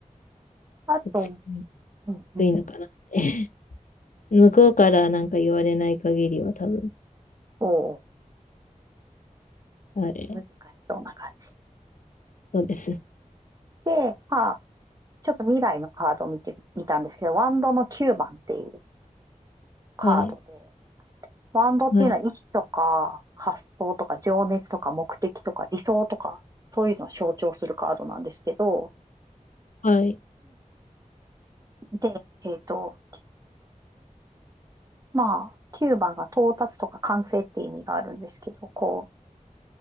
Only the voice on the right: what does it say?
あと、
うん、うん、
おお
難しそうな感じ。
で、まあ、ちょっと未来のカードを見てみたんですけど、ワンドの9番っていうカードで、
ワンドっていうのは意志とか発想とか情熱とか目的とか理想とか、
そういうのを象徴するカードなんですけど、
で、えっと、まあ、9番が到達とか完成って意味があるんですけど、こ